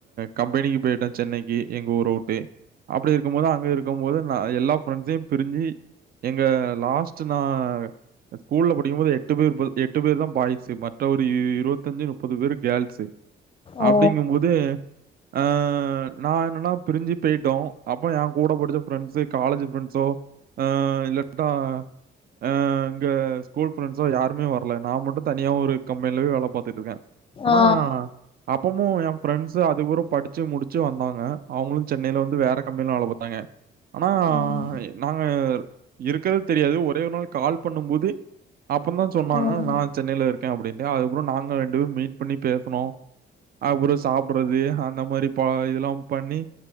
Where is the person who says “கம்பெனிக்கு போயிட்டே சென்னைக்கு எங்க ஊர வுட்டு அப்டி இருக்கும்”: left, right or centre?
Right